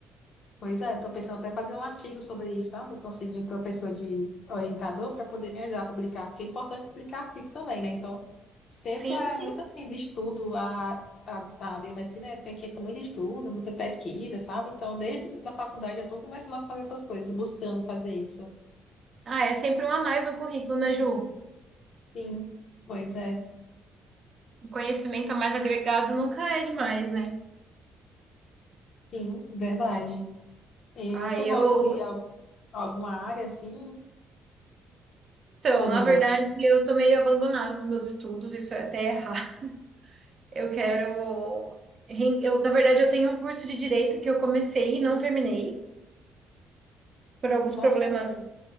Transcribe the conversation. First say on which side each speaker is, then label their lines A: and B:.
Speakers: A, on the left (about 60°); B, on the right (about 45°).
A: Pois é, estou pensando até fazer um artigo sobre isso, sabe? Conseguir um professor de orientador para poder me ajudar a publicar, porque é importante publicar artigo também, né? Então, sempre
B: Sim,
A: é
B: sim.
A: muito assim, de estudo, a, a, a biomedicina tem que ter muito estudo, muita pesquisa, sabe? Então, desde a faculdade eu estou começando a fazer essas coisas, buscando fazer isso.
B: Ah, é sempre um a mais no currículo, né, Ju?
A: Sim, pois é,
B: O conhecimento a mais agregado nunca é demais, né?
A: sim, verdade. Eu,
B: Ah,
A: tu
B: eu.
A: gosta de Alguma área assim?
B: Então,
A: Ou
B: na
A: não?
B: verdade, eu tô meio abandonada dos meus estudos, isso é até errado. <laughs> Eu quero. ren- Eu, na verdade, eu tenho um curso de direito que eu comecei e não terminei, por alguns
A: Nossa,
B: problemas.
A: menina.